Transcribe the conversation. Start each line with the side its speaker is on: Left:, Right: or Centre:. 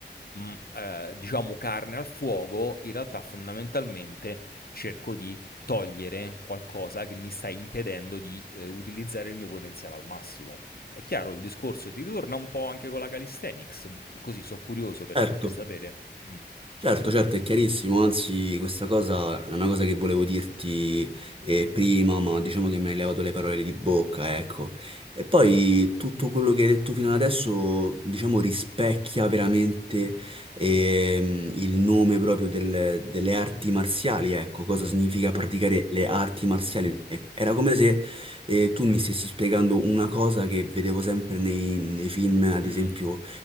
Left: mh, eh, diciamo, carne al fuoco, in realtà fondamentalmente cerco di togliere qualcosa che mi sta impedendo di eh, utilizzare il mio potenziale al massimo. È chiaro il discorso, ti ritorna un po' anche con la calisthenics, così sono curioso per,
Right: Certo.
Left: sa- per sapere. Mm.
Right: Certo, certo, è chiarissimo, anzi questa cosa è una cosa che volevo dirti eh, prima, ma diciamo che mi hai levato le parole di bocca, ecco. E poi tutto quello che hai detto fino ad adesso, diciamo, rispecchia veramente ehm, il nome proprio del- delle arti marziali, ecco, cosa significa praticare le arti marziali. Era come se eh, tu mi stessi spiegando una cosa che vedevo sempre nei, nei film, ad
Left: Mm.
Right: esempio,